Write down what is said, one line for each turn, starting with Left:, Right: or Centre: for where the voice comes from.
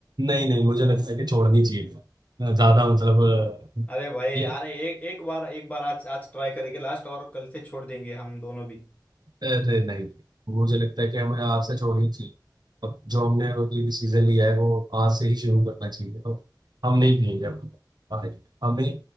Right: नहीं नहीं मुझे लगता है कि छोड़नी चाहिए ज्यादा मतलब अ,
Left: अरे भाई
Right: ये
Left: अरे एक एक बार एक बार आज आज ट्राई करेंगे लास्ट और कल से छोड़ देंगे हम दोनों भी
Right: अरे नहीं मुझे लगता है कि हमें आज से छोड़नी चाहिए अब जो हमने अगली भी सीजन लिया है वो आज से ही शुरू करना चाहिए तो हम नहीं पियेंगे अब भाई हमें